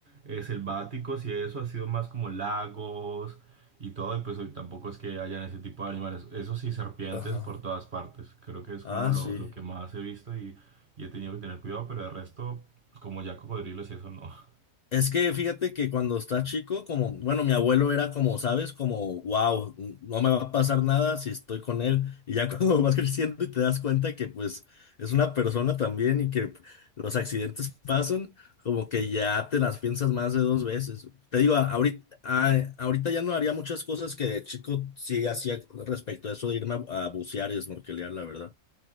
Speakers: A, on the right (about 45°); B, on the left (about 75°).
A: eh, selváticos y eso ha sido más como lagos y todo y pues hoy tampoco es que hayan ese tipo de animales. Eso sí, serpientes
B: ajá,
A: por todas partes. Creo que es como
B: ah,
A: lo,
B: sí.
A: lo que más he visto y, y he tenido que tener cuidado, pero el resto como ya cocodrilos y eso no.
B: Es que fíjate que cuando está chico, como, bueno, mi abuelo era como, ¿sabes? Como, wow, no me va a pasar nada si estoy con él. Y ya <laughs> cuando vas creciendo y te das cuenta que pues es una persona también y que los accidentes pasan, como que ya te las piensas más de dos veces. Te digo, a- ahorita, a- ahorita ya no haría muchas cosas que de chico sí hacía respecto a eso de irme a, a bucear y snorkelear, la verdad.